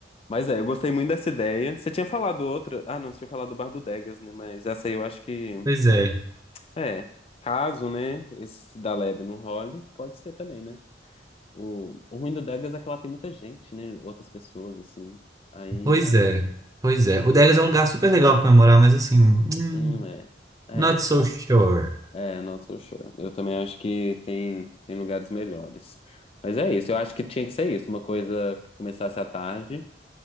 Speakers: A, on the left; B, on the right.
A: mas é, eu gostei muito dessa ideia, você tinha falado outra, ah, não, você tinha falado do Bar do Degas, né, mas essa aí eu acho que,
B: Pois é,
A: é, caso, né, esse da Lebe não role, pode ser também, né? O, o ruim do Degas é que ela tem muita gente, né? Outras pessoas, assim. Aí,
B: pois é, pois é. O Degas é um lugar super legal pra comemorar, mas assim, hum,
A: não é. É,
B: not so sure.
A: é, not so sure. Eu também acho que tem, tem lugares melhores. Mas é isso, eu acho que tinha que ser isso. Uma coisa que começasse à tarde